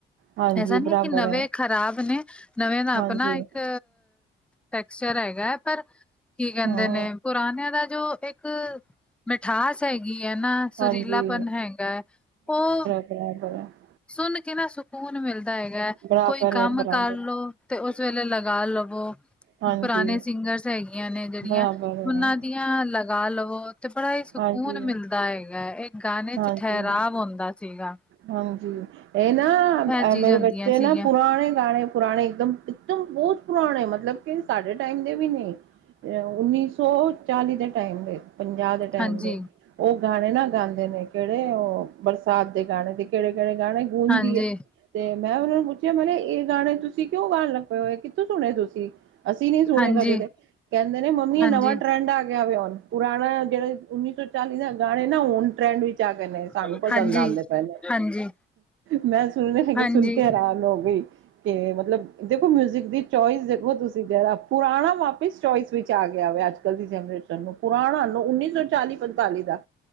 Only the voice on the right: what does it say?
ਹਾਂਜੀ
ਬਰਾਬਰ
ਹਾਂਜੀ
ਹਾਂ
ਹਾਂਜੀ
ਬ <inaudible>
ਬਰਾਬਰ
ਹੈ ਬਰਾਬਰ
ਹਾਂਜੀ
ਬਰਾਬਰ
ਹੈ
ਹਾਂਜੀ
ਹਾਂਜੀ
ਹਾਂਜੀ ਇਹ ਨਾ
ਮੇਰੇ
ਬੱਚੇ
ਨਾ ਪੁਰਾਣੇ ਗਾਣੇ। ਪੁਰਾਣੇ ਇੱਕਦਮ ਇੱਕਦਮ ਬਹੁਤ ਪੁਰਾਣੇ ਮਤਲਬ। ਸਾਡੇ ਟਾਈਮ ਦੇ ਵੀ ਨਹੀਂ ਉੱਨੀ ਸੌ ਚਾਲੀ ਦੇ ਟਾਈਮ ਦੇ। ਪੰਜਾਹ ਦੇ ਟਾਈਮ
ਦੇ ਉਹ ਗਾਣੇ ਨਾ ਗਾਉਂਦੇ ਨੇ ਕਿਹੜੇ ਉਹ ਬਰਸਾਤ। ਦੇ ਗਾਣੇ ਤੇ ਕਿਹੜੇ ਕਿਹੜੇ ਗਾਣੇ ਗੂੰਦੀ
ਹੈ। ਤੇ ਮੈਂ ਉਹਨਾਂ ਨੂੰ ਪੁੱਛਿਆ ਮੈ ਇਹ ਗਾਣੇ ਤੁਸੀਂ ਕਿਉਂ ਗਾਉਣ ਲੱਗ ਪਏ ਹੋ ਕਿੱਥੋਂ ਸੁਣੇ ਤੁਸੀਂ? ਅਸੀਂ ਨਹੀਂ ਸੁਣੇ
ਕਦੇ ਤੇ। ਕਹਿੰਦੇ ਨੇ ਮੰਮੀ
ਇਹ ਨਵਾਂ ਟਰੈਂਡ ਆ ਗਿਆ ਵੇ ਹੁਣ ਪੁਰਾਣਾ ਜਿਹੜੇ ਉੱਨੀ ਸੌ ਚਾਲੀ ਦੇ ਗਾਣੇ ਨਾ ਹੁਣ ਟਰੈਂਡ ਵਿੱਚ। ਜਾ ਕੇੇ
ਸਾਨੂੰ ਪਸੰਦ ਆਉਂਦੇ ਨੇ। ਪਏ
ਮੈਂ ਸੁਣ ਨੇ ਹੈ ਕਿ
ਸੁਣ ਕੇ ਹੈਰਾਨ ਹੋ ਗਈ। ਕਿ ਮਤਲਬ ਦੇਖੋ ਮਿਊਜਿਕ ਦੀ ਚੋਇਸ ਦੇਖੋ ਤੁਸੀਂ ਜ ਪੁਰਾਣਾ ਵਾਪਿਸ ਚੋਇਸ ਵਿੱਚ ਆ ਗਿਆ ਵਾ ਅੱਜ। ਨਵੀਂ ਜਨਰੇਸ਼ਨ ਨੂੰ ਪੁਰਾਣਾ ਨੂੰ ਉੱਨੀ ਸੌ ਚਾਲੀ ਪੰਤਾਲੀ ਦਾ।